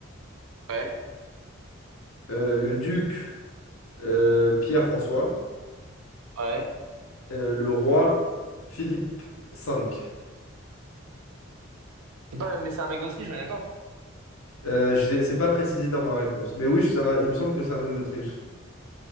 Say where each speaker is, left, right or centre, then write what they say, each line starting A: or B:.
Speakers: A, on the right; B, on the left.
A: Ouais,
B: euh, le duc euh, Pierre-François,
A: ouais.
B: euh, le roi Philippe V.
A: C'est pas... Mais c'est un mec d'Autriche, on est d'accord?
B: Euh, je ne pas précisé dans ma réponse, mais oui, ça- il me semble que c'est un mec d'Autriche.